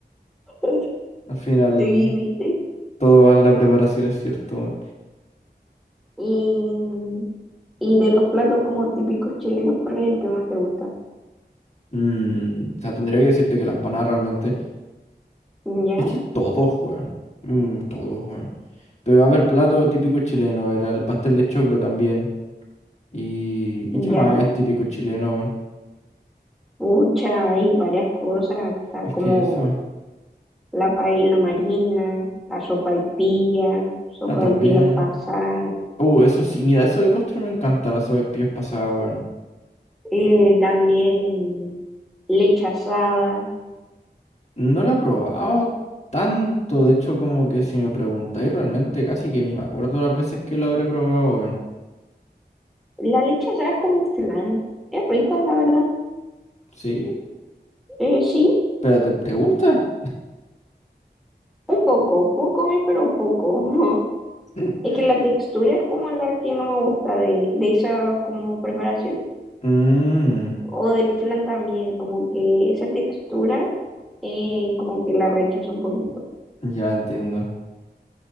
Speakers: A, in the centre; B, on the left (about 40°).
A: <laughs>
B: al final
A: sí, ¿viste?
B: toda la preparación es cierto.
A: Y, y de los platos como típicos chilenos, ¿cuál es el que más te gusta?
B: Mm, o sea, tendría que decirte que la empanada realmente
A: ¿Ya?
B: es que todos juegan, mm, todos juegan. Pero a ver, plato típico chileno, a ver, el pastel de choclo también. ¿Y, y
A: ¿Ya?
B: qué más es típico chileno? weón?
A: Pucha, hay varias cosas, hasta
B: Es
A: como
B: que eso.
A: la paella marina, la sopaipilla, sopaipilla
B: Ah, también.
A: pasada.
B: Uh, eso sí, mira, eso de postre me encanta, la sopaipillas pasada, weón.
A: Eh, también leche asada.
B: No la he probado tanto, de hecho, como que si me preguntáis, realmente casi que ni me acuerdo las veces que lo habré probado, weón.
A: La leche asada es como un flan. Es rico, la verdad.
B: ¿Sí?
A: Eh, sí,
B: Espérate, ¿te gusta?
A: un poco. Puedo comer, pero poco. <laughs>
B: <laughs>
A: Es que la textura es como la que no me gusta de, de esas como preparaciones.
B: Mmm,
A: O del flan también, como que esa textura eh, como que la rechazo un poquito.
B: ya entiendo.